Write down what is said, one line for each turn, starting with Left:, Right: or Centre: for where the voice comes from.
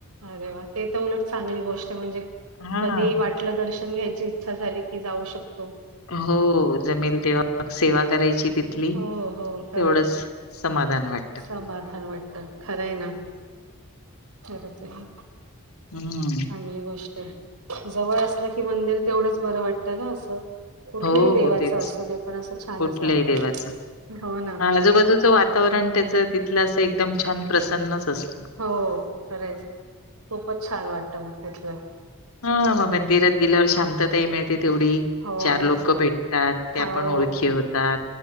Right: अरे वा ते तर उलट चांगली गोष्ट आहे म्हणजे
Left: हां.
Right: कधी वाट आपलं दर्शन घ्यायची इच्छा झाली की जाऊ शकते.
Left: हो जमेल तेव्हा मग सेवा करायची तिथली.
Right: हो हो खरंच
Left: तेवढंच समाधान वाटतं.
Right: समाधान वाटतं खरं आहे ना. खरंच आहे.
Left: हम्म.
Right: चांगली गोष्ट आहे जवळ असलं की मंदिर तेवढंच बरं वाटत ना असं. कुठल्याही
Left: हो
Right: देवाचं
Left: हो तेच
Right: असू दे पण असं छानच
Left: कुठल्याही
Right: वाटत
Left: देवाचं.
Right: हो ना.
Left: आजूबाजूचं वा वातावरण त्याचं तिथलं असं एकदम छान प्रसन्नच अस
Right: हो खरंय, खूपच छान वाटतं मग तिथलं.
Left: हा मग मंदिरात गेल्यावर शांतताही मिळते तेवढी,
Right: हो
Left: चार
Right: नाही
Left: लोकं भेटतात, त्या
Right: हा हो
Left: पण ओळखी होतात.